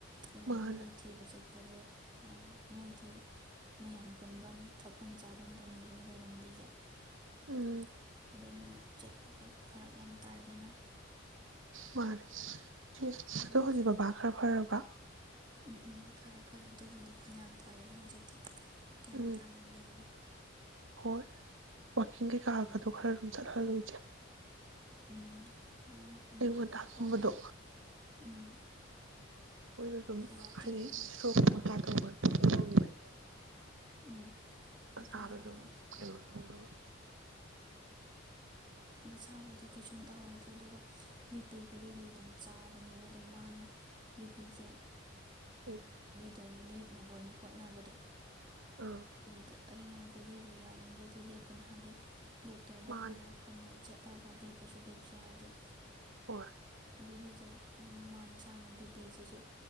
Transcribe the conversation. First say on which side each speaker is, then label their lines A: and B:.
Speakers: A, on the right (about 20°); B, on the right (about 70°).
A: ꯑꯗꯨꯅ
B: ꯃꯥꯅꯦ
A: ꯃꯣꯏ ꯊꯤꯕ ꯆꯠꯄꯖꯦ ꯃꯣꯏꯗꯤ ꯃꯌꯥꯝ ꯄꯨꯟꯕꯝ ꯊꯛꯐꯝ ꯆꯥꯕꯝꯗꯅꯤꯗꯅ ꯂꯩꯔꯝꯗꯤꯖꯦ
B: ꯎꯝ
A: ꯫ ꯑꯗꯨꯅ ꯆꯠꯄ ꯈꯣꯠꯄ ꯐꯔꯛ ꯌꯥꯝ ꯇꯥꯏꯗꯅ
B: ꯃꯥꯅꯦ ꯁꯤ
A: ꯄꯦꯟꯕꯖꯥꯠ
B: ꯑꯗꯣ ꯍꯣꯏꯒꯤ ꯕꯕꯥ ꯈꯔ ꯐꯔꯥꯕ꯭ꯔꯥ
A: ꯎꯝ ꯎꯝ ꯐꯔꯦ ꯐꯔꯦ ꯑꯗꯨꯕꯨꯗꯤ ꯐꯅꯤꯌꯥꯝ ꯐꯔꯦꯗ ꯍꯧꯖꯤꯛꯇꯤ ꯒ꯭ꯌꯥꯟ
B: ꯎꯝ
A: ꯇꯥꯅ ꯂꯩꯔꯦ
B: ꯍꯣꯏ ꯋꯥꯛꯀꯤꯡ ꯀꯩꯀꯥꯒꯗꯣ
A: ꯎꯝ
B: ꯈꯔ ꯑꯗꯨꯝ ꯆꯠꯍꯜꯂꯨ ꯏꯆꯦ
A: ꯎꯝ ꯎꯝ ꯎꯝ
B: ꯑꯌꯨꯛ ꯉꯟꯇꯥ ꯒꯨꯝꯕꯗꯣ
A: ꯋꯥꯛꯀꯤꯡ ꯎꯝ
B: ꯃꯣꯏꯗꯣ ꯁꯨꯝ
A: ꯋꯥꯛꯀꯤꯡꯕꯨꯗꯤ
B: ꯍꯥꯏꯗꯤ ꯁꯇ꯭ꯔꯣꯛ ꯒꯨꯝꯕ ꯇꯥꯞꯇꯥ ꯇꯧꯕ ꯈꯣꯠꯄ ꯇꯧꯒꯤꯕꯒꯤꯅꯦ
A: ꯎꯝ ꯑꯗꯨ
B: ꯑꯁꯥꯗ
A: ꯍꯥꯏꯔꯒ
B: ꯑꯗꯨꯝ ꯀꯩꯅꯦ ꯇꯧꯅꯕ
A: ꯃꯁꯥꯕꯨꯗꯤ ꯀꯩꯁꯨꯝ ꯇꯥꯍꯧꯗ꯭ꯔꯦ ꯑꯗꯨꯒ ꯕꯤꯄꯤ ꯒꯨꯂꯤꯗꯤ ꯑꯗꯨꯝ ꯆꯥꯕꯅꯦꯕ ꯑꯗꯣ ꯃꯥꯅ ꯕꯤꯄꯤꯖꯦ
B: ꯎꯝ
A: ꯂꯦꯞꯅꯕ ꯑꯣꯏꯅ ꯍꯣꯠꯅꯕꯗꯣ
B: ꯑꯥ
A: ꯑꯗꯨꯗ ꯑꯩꯅ ꯒꯨꯂꯤꯗꯣ ꯌꯥꯔꯤꯒꯩꯗꯤ ꯂꯦꯞꯀꯅꯣ ꯍꯥꯏꯗꯤ ꯗꯣꯛꯇꯔꯗ
B: ꯃꯥꯅꯦ
A: ꯑꯃꯨꯛ ꯆꯠꯂꯒ ꯂꯦꯞꯄꯁꯨ ꯂꯦꯞꯁꯦ ꯍꯥꯏꯕꯖꯦ
B: ꯑꯣ
A: ꯒꯨꯂꯤꯁꯦ ꯃꯥ ꯃꯁꯥꯅ ꯕꯤꯄꯤꯁꯤꯁꯨ